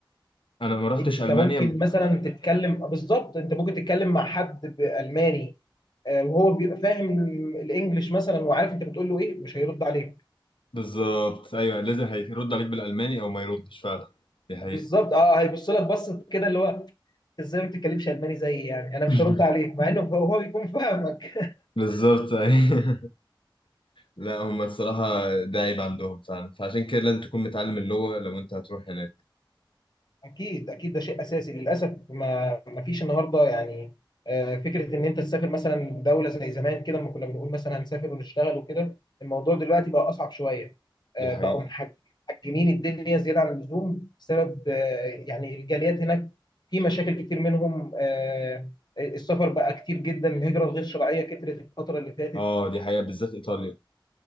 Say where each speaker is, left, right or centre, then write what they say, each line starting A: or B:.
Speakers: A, on the left; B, on the left.
A: أنا ما رحتش
B: انت
A: ألمانيا
B: ممكن مثلا تتكلم بالظبط انت ممكن تتكلم مع حد بالماني آه، وهو بيبقى فاهم الانجليش مثلا وعارف انت بتقول له ايه مش هيرد عليك
A: بالظبط أيوه لازم هيرد عليك بالألماني أو ما يردش فعلا دي حقيقة
B: بالظبط اه هيبص لك بصه كده اللي هو "أنت ازاي ما بتتكلمش الماني زيي يعني انا
A: <laughs>
B: مش هرد عليك مع انه هو هو بيكون فاهمك
A: بالظبط أيوه لا هم الصراحة ده عيب عندهم فعلا فعشان كده لازم تكون متعلم اللغة لو أنت هتروح هناك
B: اكيد اكيد ده شيء اساسي للاسف ما ما فيش النهارده يعني آه، فكره ان انت تسافر مثلا دوله زي زمان كده لما كنا بنقول مثلا هنسافر ونشتغل وكده الموضوع دلوقتي بقى اصعب شويه آه،
A: دي حقيقة
B: بقوا محج- محجمين الدنيا زياده عن اللزوم بسبب آه، يعني الجاليات هناك في مشاكل كتير منهم آه، السفر بقى كتير جدا الهجره الغير شرعيه كترت الفتره اللي فاتت
A: اه دي حقيقة بالذات إيطاليا